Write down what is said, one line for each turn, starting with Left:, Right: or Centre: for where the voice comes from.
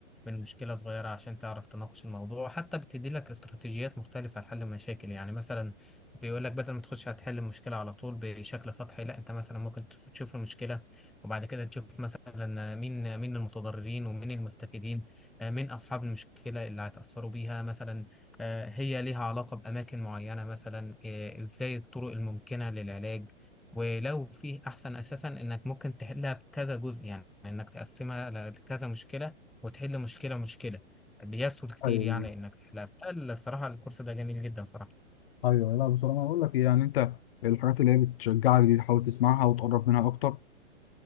Centre: من مشكلة صغيرة عشان تعرف تناقش الموضوع حتى بتدي لك استراتيجيات مختلفة لحل المشاكل يعني مثلا بيقول لك بدل ما تخش هتحل المشكلة على طول بشكل سطحي لا انت مثلا ممكن تخ- تشوف المشكلة وبعد كده تشوف مثلا مين مين المتضررين ومين المستفيدين آه، مين أصحاب المشكلة اللي هيتأثروا بيها مثلا آه، هي ليها علاقة بأماكن معينة مثلا آه، ازاي الطرق الممكنة للعلاج ولو في احسن اساسا انك ممكن تحلها بكذا جزء يعني انك تقسمها ل- لكذا مشكله وتحل مشكله مشكله بيسهل كتير
Left: ايوه
Centre: يعني انك تحلها فالصراحه الكورس ده جميل جدا صراحه
Left: ايوه لا بصراحه انا اقول لك إيه، يعني انت الحاجات اللي هي بتشجعك دي تحاول تسمعها وتقرب منها اكتر